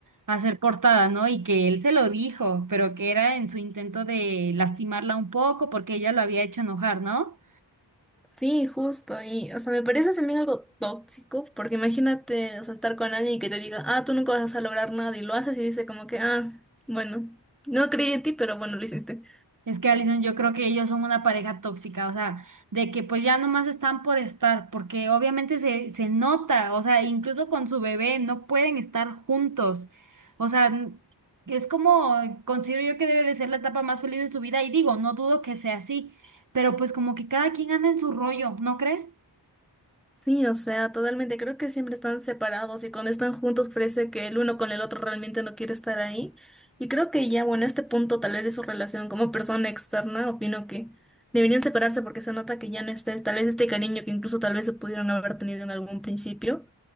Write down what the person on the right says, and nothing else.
a ser portada, ¿no? Y que él se lo dijo, pero que era en su intento de lastimarla un poco porque ella lo había hecho enojar, ¿no?
Es que Alison, yo creo que ellos son una pareja tóxica, o sea, de que pues ya nomás están por estar, porque obviamente se, se nota, o sea, incluso con su bebé no pueden estar juntos. O sea, n- es como, considero yo que debe de ser la etapa más feliz de su vida, y digo, no dudo que sea así, pero pues como que cada quien anda en su rollo, ¿no crees?